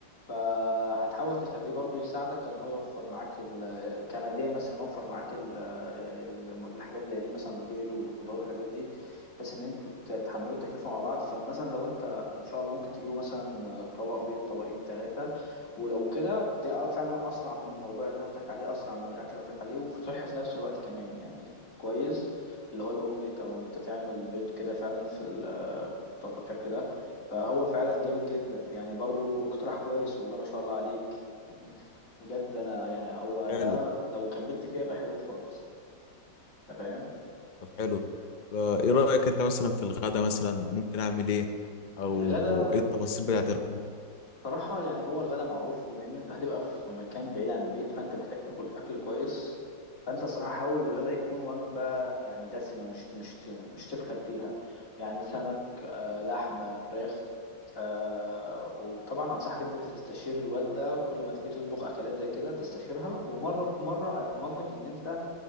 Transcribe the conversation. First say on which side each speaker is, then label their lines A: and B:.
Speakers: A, on the left; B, on the left.
A: فهتحاول تخليه برضو يساعدك ان هو يوفر معاك ال- كماديا مثلا يوفر معاك ال- ال- الحاجات زي دي مثلا البيض والخضار والحاجات دي بحيث ان انتوا تتحملوا التكلفه مع بعض فمثلا لو انت ان شاء الله ممكن تجيبوا مثلا طبق بيض طبقين ثلاثه ولو كده ده فعلا اسرع من الموضوع اللي انا قلت لك عليه اسرع من الاكل اللي أنا قلت لك عليه وصحي في نفس الوقت كمان يعني كويس اللي هو الاومليت او ان انت تعمل بيض كده فعلا في ال- بالشكل ده فهو فعلا جامد جدا يعني برضو اقتراح كويس والله ما شاء الله عليك <laughs> بجد انا يعني هو ده
B: حلو
A: لو كملت فيها يبقى حلو خالص انت فاهم
B: طب حلو طب آه، ايه رايك انت مثلا في الغدا مثلا ممكن اعمل ايه او
A: الغدا
B: ايه التفاصيل بتاعت الغدا
A: صراحة يعني هو الغدا معروف بما ان انت هتبقى في مكان بعيد عن البيت فانت محتاج تاكل اكل كويس فانت الصراحة حاول الغدا يكون وجبة يعني دسمة مش مش مش تبخل فيها يعني سمك آه، لحمة فراخ آه، وطبعا انصحك انت تستشير الوالدة كل ما تيجي تطبخ اكلات زي كده تستشيرها ومرة في مرة اضمن لك ان انت